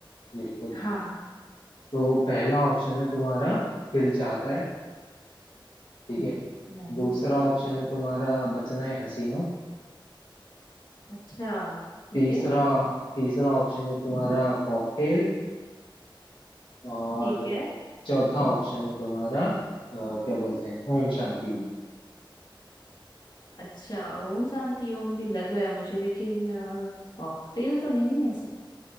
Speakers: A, on the left; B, on the left.
A: बिल्कुल
B: हाँ हाँ
A: तो पहला ऑप्शन है तुम्हारा दिल चाहता है ठीक है
B: नाइन,
A: दूसरा ऑप्शन है तुम्हारा बचना है हसीनो
B: अच्छा ठीक
A: तीसरा
B: है
A: तीसरा ऑप्शन है तुम्हारा कॉकटेल और
B: ठीक है
A: चौथा ऑप्शन है तुम्हारा अ, क्या बोलते हैं ओम शांति ओम
B: अच्छा ओम शांति ओम भी लग रहा है मुझे लेकिन कॉकटेल तो नहीं है सर